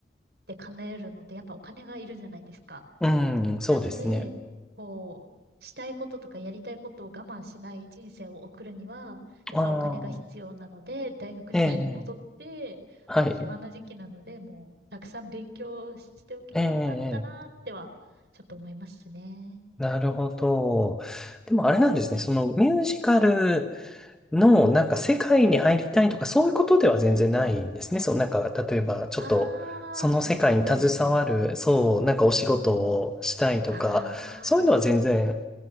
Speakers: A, on the right (about 60°); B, in the centre.
A: て叶えるのってやっぱお金がいるじゃないですか。
B: うん、そうですね。
A: なので、こう、したいこととかやりたいことを我慢しない人生を送るには、やっぱお金が必要なので、
B: ああ、
A: 大学時代に戻って、
B: ええ、はい、
A: まあ暇な時期なので、もうたくさん勉強しておけばよかったなっては、
B: ええ、
A: ちょっと思いますね。
B: なるほど。でもあれなんですね、
A: うん。
B: そのミュージカルのなんか世界に入りたいとかそういうことでは全然ないんですね。
A: うんうん。うんうん。
B: そう、なんか例えばちょっとその世界に携わる、
A: ああ、自分がですか
B: そう、なんかお仕事をしたいとか、
A: うんうんうん。ああ、
B: そういうのは全然